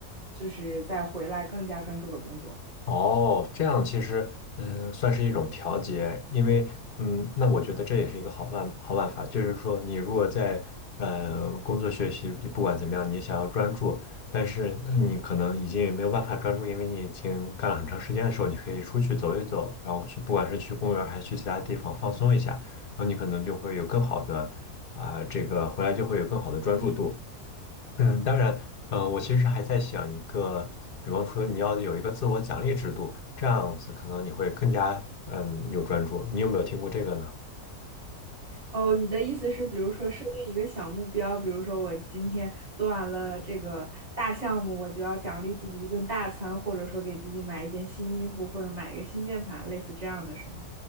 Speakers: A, on the right; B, on the left.
A: 就是再回来更加专注的工作。
B: 哦，这样其实嗯，算是一种调节，因为嗯，那我觉得这也是一个好办好办法，就是说你如果在呃工作学习，不管怎么样，你想要专注，但是呃你可能已经没有办法专注，因为你已经干了很长时间的时候，你可以出去走一走，然后去不管是去公园儿还是去其他地方放松一下，然后你可能就会有更好的啊、这个回来就会有更好的专注度。嗯，当然，嗯，我其实还在想一个，比方说你要有一个自我奖励制度，这样子可能你会更加嗯有专注。你有没有听过这个呢？
A: 哦，你的意思是，比如说设定一个小目标，比如说我今天做完了这个大项目，我就要奖励自己一顿大餐，或者说给自己买一件新衣服，或者买一个新键盘，类似这样的是吗？